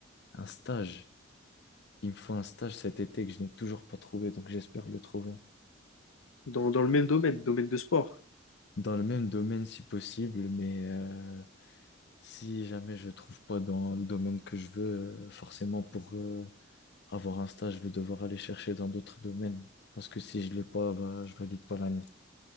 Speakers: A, on the left; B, on the left.
A: un stage. Il me faut un stage cet été que je n'ai toujours pas trouvé, donc j'espère le trouver.
B: dans, dans le même domaine, domaine de sport.
A: Dans le même domaine si possible, mais euh, si jamais je trouve pas dans le domaine que je veux, euh, forcément pour euh, avoir un stage, je vais devoir aller chercher dans d'autres domaines. Parce que si je l'ai pas, bah, je valide pas l'année,